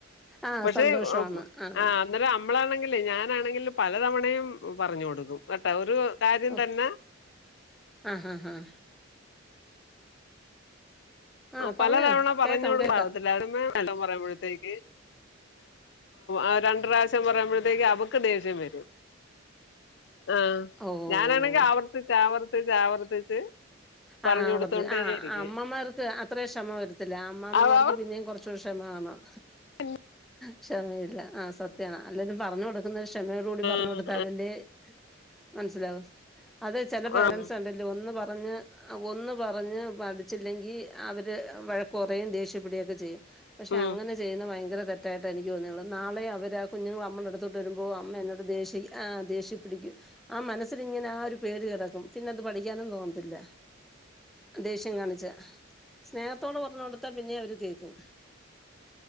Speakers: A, in the centre; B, on the left (about 60°).
A: ആഹ്
B: പക്ഷെ
A: സന്തോഷവാണ്
B: ആഹ്
A: ആഹ്
B: അന്നേരം നമ്മളാണെങ്കിലേ ഞാനാണെങ്കിലും പല തവണയും പറഞ് കൊടുക്കും കേട്ടാ ഒരു കാര്യം
A: ഓഹ്
B: തന്നെ
A: ആഹ് ആഹ് ആഹ് ആഹ്
B: പലതവണ
A: പറഞ്ഞോ
B: പറഞ്
A: കേക്കാം
B: കൊടുക്കാവത്തില്ലാര്ന്ന്
A: കേക്കാം
B: <unintelligible> പറയുമ്പോഴത്തേക്ക് ആ രണ്ട് പ്രാവശ്യം പറയുമ്പ ത്തേക്ക് അവക്ക് ദേഷ്യം വെരും ആഹ്
A: ഓഹ്
B: ഞാനാണെങ്കി ആവർത്തിച്ച് ആവർത്തിച്ച് ആവർത്തിച്ച് പറഞ്ഞു
A: ആവത്
B: കൊടുത്തോണ്ടേ
A: ആഹ്
B: ഇരിക്കും
A: അമ്മമ്മാര്ക്ക് അത്രയും ക്ഷമ വരത്തില്ല അമ്മമാർക്ക്
B: ആഹ്
A: പിന്നേും കൊറ്ച്ചൂടി ക്ഷമ കാണും
B: പിന്നെ
A: ക്ഷമയില്ല ആ സത്യാണ് അല്ലെങ്കിലും പറഞ്ഞഞ് കൊടുക്കുന്ന ക്ഷമയോട കൂടി പറഞ്ഞ്
B: ആഹ്
A: കൊടുത്താലല്ലേ മനസ്സിലാവു അത് ചെല പേരൻറ്സ്
B: ആഹ്
A: കണ്ടില്ലോ ഒന്ന് പറഞ്ഞ് ഒന്ന് പറഞ്ഞ് പഠിച്ചില്ലെങ്കി അവര് വഴക്ക് പറയും ദേഷ്യ പെടൊക്കെ ചെയ്യും പക്ഷെ
B: ഉം
A: അങ്ങനെ ചെയ്യുന്നത് ഭയങ്കര തെറ്റായിട്ട് എനിക്ക് തോന്നിയുള്ളത് നാളെ അവര് ആ കുഞ്ഞുങ്ങൾ അമ്മള അടുത്തോട്ട് വരുമ്പോൾ അമ്മ എന്നോട് ദേഷി ആ ദേഷി പിടിക്കും ആ മനസ്സിലിങ്ങനെ ആ ഒരു പേടി കിടക്കും പിന്നെ അത് പഠിക്കാനും തോന്നത്തില്ല ദേഷ്യം കാണിച്ചാ സ്നേഹത്തോട് പറഞ്ഞു കൊടുത്താൽ പിന്നെ അവര് കേൾക്കും